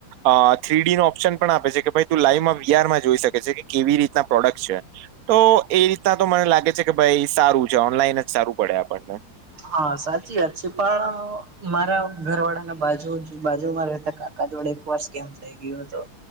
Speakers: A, on the right; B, on the right.
A: અ થ્રી ડી નો ઓપ્શન પણ આપે છે કે ભાઈ તું લાઈવમાં વીઆરમાં જોઈ શકે છે કે કેવી રીતના પ્રોડક્ટ છે. તો એ રીતના તો મને લાગે છે કે ભાઈ સારું છે ઓનલાઈન જ સારું પડે આપણને.
B: હા સાચી વાત છે પણ મારા ઘરવાળા ના બાજુ બાજુમાં રહેતા હતા. દોડ એક વર્ષ કેમ થઈ ગયું હતો